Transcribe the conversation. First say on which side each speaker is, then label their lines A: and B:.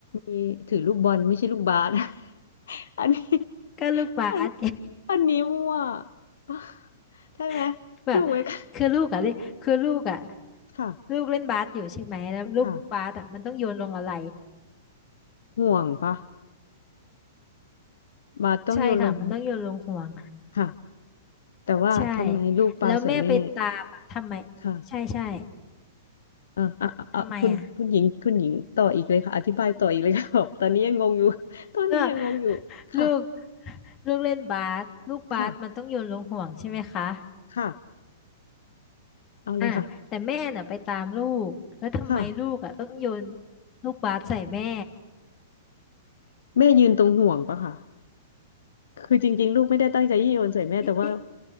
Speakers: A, on the left; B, on the left.
A: มีถือลูกบอลไม่ใช่ลูกบาส <laughs> อันนี้
B: ก็ลูกบาส
A: อันอันนี้มั่ว <laughs> ใช่ไหม
B: <laughs> แบบ
A: ถูกไหมคะ
B: คือลูกอ่ะเล่นคือลูกอะ
A: ค่ะ
B: ลูกเล่นบาสอยู่ใช่ไหมแล้วลูกบาสอะมันต้องโยนลงอะไร
A: ค่ะห่วงปะบาสต้องโยนลง
B: ใช่ค่ะมันต้องโยนลงห่วง
A: ค่ะแต่ว่าทำไมลูกปลาใส่แม่
B: ใช่แล้วแม่ไปตามอะทำไม
A: ค่ะ
B: ใช่ใช่
A: อ่ะอ่ะอ่ะอ่ะคุณคุณหญิงคุณหญิงต่ออีกเลยค่ะอธิบายต่ออีกเลยค่ะ
B: ทำไมอ่ะ
A: <laughs> บอกตอนนี้ยังงงอยู่ <laughs> ตอนนี้ยังงงอยู่ค่ะ
B: ก็ <laughs> ลูกลูกเล่นบาสลูกบาสมันต้องโยนลงห่วงใช่ไหมคะ
A: ค่ะค่ะเอาเลยค่ะ
B: อ่ะแต่แม่น่ะไปตามลูกแล้วทำไมลูกอ่ะต้องโยน
A: ค่ะ
B: ลูกบาสใส่แม่
A: แม่ยืนตรงห่วงปะค่ะ คือจริงๆลูกไม่ได้ตั้งใจยี่โยนใส่แม่แต่ว่า
B: อิอิ